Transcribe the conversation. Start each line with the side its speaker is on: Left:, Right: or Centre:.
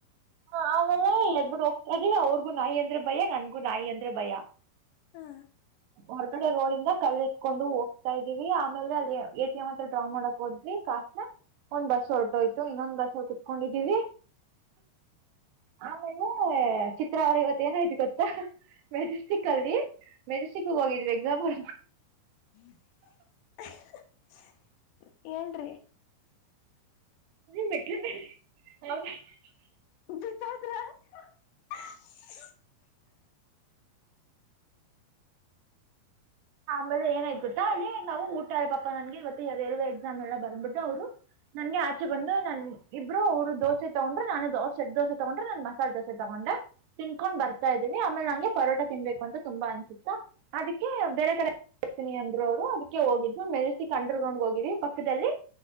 Right: ಹಾ ಆಮೇಲೆ ಇಲ್ಲದಬಿಟ್ಟ ಹೋಗ್ತ ಅವ್ರಿಗೂ ನಾಯಿ ಅಂದ್ರೆ ಭಯ ನನ್ಗೂ ನಾಯಿ ಅಂದ್ರೆ ಭಯ
Left: ಹಾ
Right: ಹೊರಗಡೆ ರೋಡ್ ಇಂದ ಕಲ್ಲ ಇಟ್ಕೊಂಡು ಹೋಗ್ತಾ ಇದೀವಿ ಆಮೇಲ್ಲೆ ಅಲ್ಲಿ ಎ ಟಿ ಎಂ ಹತ್ರ ಡ್ರಾ ಮಾಡಕ್ ಹೋದ್ವಿ ಕಾಸ್ನ ಒಂದು ಬಸ್ ಹೊರಟೋತ್ತು ಇನ್ನೊಂದ್ ಬಸ್ ಕುತ್ಕೊಂಡಿದೀವಿ ಆಮೇಲೆ ಚಿತ್ರಾವರ ಇವತ್ತ ಏನೈತಿ ಗೊತ್ತಾ ಮೆಜೆಸ್ಟಿಕ್ ಅಲ್ಲಿ ಮೆಜೆಸ್ಟಿಕ್ ಹೋಗಿದ್ವಿ ಎಕ್ಸಾಂಪಲ್
Left: <unintelligible> ಹೇಳ್ರಿ
Right: <unintelligible>
Left: ಬಿದೋದ್ರ <unintelligible>
Right: ಆಮೇಲೆ ಏನ್ ಆಯ್ತು ಗೊತ್ತ ಅಲ್ಲಿ ನಾವು ಊಟ ಪಾಪಾ ನನ್ಗೆ ಇವತ್ತುರವ ಎಕ್ಸಾಮ್ ಎಲ್ಲ ಬಂದಬಿಟ್ರೆ ಅವ್ರು ನನ್ಗೆ ಆಚೆ ಬಂದು ನನ್ ಇಬ್ರು ಅವರು ದೋಸೆ ತಗೊಂಡ್ರೆ ನಾನು ಸೆಟ್ ದೋಸೆ ತಗೊಂಡ್ರೆ ನನ್ ಮಸಾಲೆ ದೋಸೆ ತಗೊಂಡೆ ತಿನ್ಕೊಂಡ್ ಬರ್ತಾ ಇದ್ದೀವಿ ಆಮೇಲೆ ನಂಗೆ ಪರೋಟ ತಿನ್ಬೇಕು ಅಂತ ತುಂಬಾ ಅನ್ಸುತ್ತಾ ಅದಕ್ಕೆ ಬೇರೆ ಕಡೆರ್ತೀನಿ ಅಂದ್ರು ಅವರು ಅದಕ್ಕೆ ಹೋಗಿದ್ವಿ ಮೆಜೆಸ್ಟಿಕ್ ಅಂಡರ್ ಗ್ರೌಂಡ್ ಹೋಗಿದ್ವಿ ಪಕ್ಕದಲ್ಲಿ